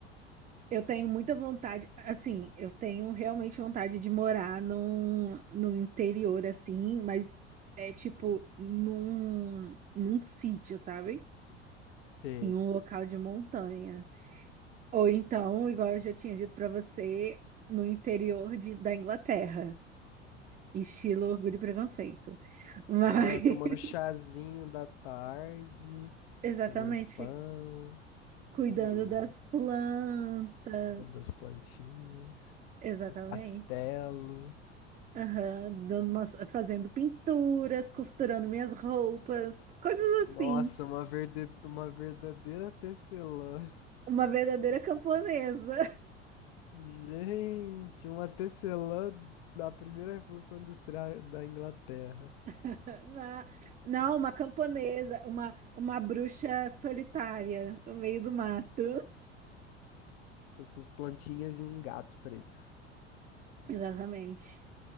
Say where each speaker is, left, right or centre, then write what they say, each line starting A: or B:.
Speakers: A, on the right (about 20°); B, on the left (about 60°).
A: Eu tenho muita vontade, assim, eu tenho realmente vontade de morar num, no interior, assim, mas é tipo num, num sítio, sabe?
B: Sei.
A: Em um local de montanha. Ou então, igual eu já tinha dito pra você, no interior de- da Inglaterra, estilo Orgulho e Preconceito. Mas,
B: Ah,
A: <laughs>
B: tomando chazinho da tarde,
A: exatamente,
B: fazendo pão,
A: cuidando
B: que isso,
A: das plantas.
B: cuidando das plantinhas,
A: Exatamente.
B: do castelo.
A: Aham, dando umas- fazendo pinturas, costurando minhas roupas, coisas
B: Nossa,
A: assim.
B: uma verde... uma verdadeira tecelã.
A: Uma verdadeira camponesa.
B: Gente, uma tecelã da primeira Revolução Industrial da Inglaterra,
A: <laughs> Na- não, uma camponesa, uma, uma bruxa solitária no meio do mato.
B: com suas plantinhas e um gato preto.
A: Exatamente.